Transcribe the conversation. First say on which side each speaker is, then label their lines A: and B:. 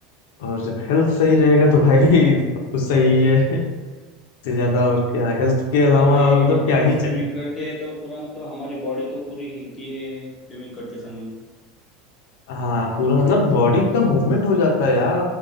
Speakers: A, on the left (about 70°); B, on the left (about 20°).
A: और जब हेल्थ सही रहेगा तो भाई <laughs> सब कुछ सही है से ज्यादा और क्या हेल्थ के अलावा
B: हाँ भाई
A: और मतलब क्या
B: जब स्विमिंग
A: ही चाहिए
B: करते हैं तो पूरा मतलब हमारी बॉडी तो पूरी हिलती है स्विमिंग करते समय
A: हाँ पूरा मतलब बॉडी का मूवमेंट हो जाता है यार